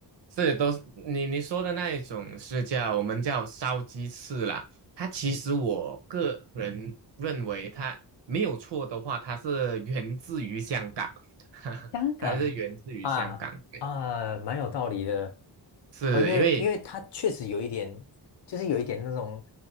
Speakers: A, on the right; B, on the left.
A: 是，都是你你说的那一种是叫我们叫烧鸡翅啦。它其实我个人认为它没有错的话，它是源自于香港，<laughs>
B: 香港啊啊，
A: 它是源自于香港。对，
B: 蛮有道理的。
A: 是因为
B: 呃，因为因为它确实有一点，就是有一点那种